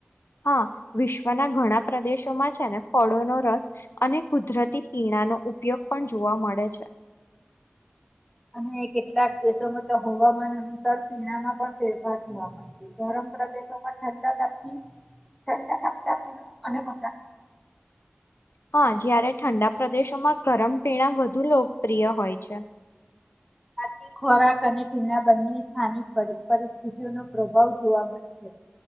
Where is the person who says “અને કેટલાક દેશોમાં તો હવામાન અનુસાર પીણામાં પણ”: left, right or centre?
Centre